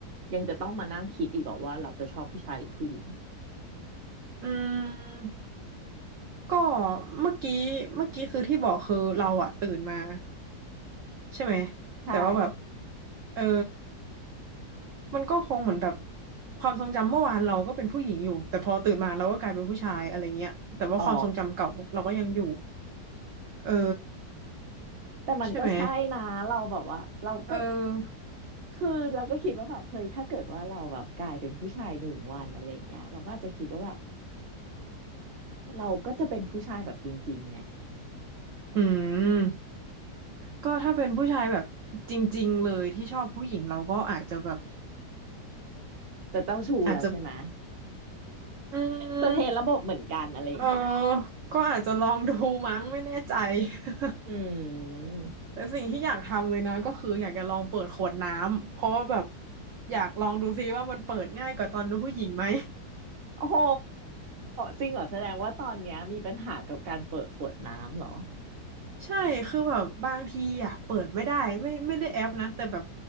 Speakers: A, on the right (about 40°); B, on the right (about 60°).
A: ยังจะต้องมานั่งคิดอีกเหรอว่าเราจะชอบผู้ชายหรือผู้หญิง
B: อืมก็เมื่อกี้เมื่อกี้คือที่บอกคือเราอ่ะตื่นมาใช่ไหม
A: ใช่
B: แต่ว่าแบบเออ มันก็คงเหมือนแบบความทรงจำเมื่อวานเราก็เป็นผู้หญิงอยู่แต่พอตื่นมาเราก็กลายเป็นผู้ชายอะไรเงี้ยแต่ว่าความทรงจำเก่าเราก็ยังอยู่
A: อ๋อ
B: เออ
A: แต่มันก็ใช่นะเราแบบว่าเราก็
B: ใช่ไหมเออ
A: คือเราก็คิดว่าแบบเฮ้ยถ้าเกิดว่าเราแบบกลายเป็นผู้ชายหนึ่งวันอะไรอย่างเงี้ยเราก็อาจจะคิดว่าแบบเราก็จะเป็นผู้ชายแบบจริงๆไง
B: อืมก็ถ้าเป็นผู้ชายแบบจริงๆเลยที่ชอบผู้หญิงเราก็อาจจะแบบ
A: จะเจ้าชู้แล้วใช่ไหมะ
B: อาจจะอืม
A: จะเทระบบเหมือนกันอะไรอย่างเงี้ย
B: เออก็อาจจะลองดูมั้งไม่แน่ใจ <laughs>
A: อืม
B: แต่สิ่งที่อยากทำเลยนะก็คืออยากจะลองเปิดขวดน้ำเพราะว่าแบบอยากลองดูซิว่ามันเปิดง่ายกว่าตอนดูผู้หญิงไหม
A: โอ้โหจริงเหรอแสดงว่าตอนเนี้ยมีปัญหากับการเปิดขวดน้ำเหรอ
B: <laughs> ใช่คือแบบบางทีอะเปิดไม่ได้ไม่ไม่ได้แอปนะแต่แบบ